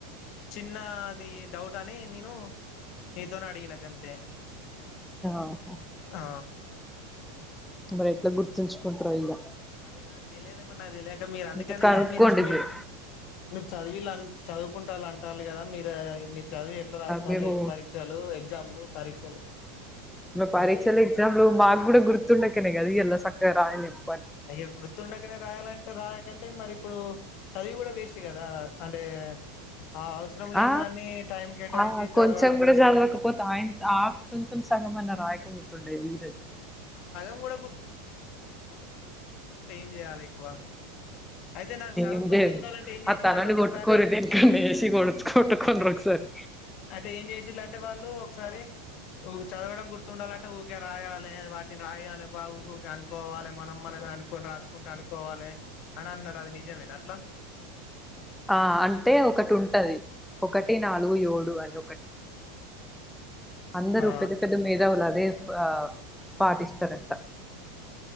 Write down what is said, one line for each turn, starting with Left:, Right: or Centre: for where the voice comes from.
Left: చిన్నది డౌట్ అని నేను నీతోనే అడిగిన గంతే
Centre: ఆహా
Left: ఆ
Centre: మరి ఎట్లా గుర్తుంచుకుంటారు ఇగా
Left: అదే నాకు తెలియదే మరి నాకు తెలిక మీరు అందుకనే
Centre: ఇంకా కనుక్కోండి
Left: మీచ్ మీర్
Centre: మీరు
Left: మీరు చదివిల్ అంట్ చదువుకుంటారుళ్ళ అంటారు గదా మీరే చదివి ఎట్లా రాస్తారు
Centre: మేము
Left: పరీక్షలు ఎగ్జామ్లు పరీక్షలు
Centre: ఇ పరీక్షలు
Left: అని
Centre: ఎగ్జామ్లు మాకు కూడా గుర్తుండకనే గది ఈయల సక్కగా రాయలేద్
Left: అయ్య గుర్తుండక్కనే రాయాల్ రాకంటే మరి ఇప్పుడు చదివి కూడా వేస్ట్ కదా అంటే ఆ అవసరం లేని
Centre: ఆ
Left: దాన్ని టైం కేటాయించి
Centre: ఆ
Left: చదవడం
Centre: కొంచెం కూడా చదవకపోతే ఆయన్ ఆ కొంచం సగమ అన్నారు ఆగి పోతుందే మీరే
Left: ఆ సగం కూడా జేయాలి ఎక్కువ అయితే నాకు సగం
Centre: ఎమ్
Left: గుర్తుండాలంటే
Centre: జేయాలి
Left: ఏం చేయాలంటే
Centre: అ తలని
Left: ఒకసారి
Centre: కొట్టుకునిరీ దేనికైనా ఏసి కొడత్ కట్టుకోండి ఒకసారి
Left: అంటే ఏం చేసిల్ అంటే వాళ్ళు ఒకసారి ఊ చదవడం గుర్తుండాలంటే ఊరికే రాయాలి వాటిని రాయాలి బాబ ఊకే అనుకోవాలి మనం మనం అనుకొని రాసుకుంటూ అనుకోవాలి అని అన్నారు. అది నిజమేనా అట్లా,
Centre: ఆ అంటే ఒకటి ఉంటది ఒకటి నాలుగు ఏడు అని ఒకటి అందరూ
Left: ఆ
Centre: పెద్ద పెద్ద మేధావులు అదే ఆ పటిస్తారుంట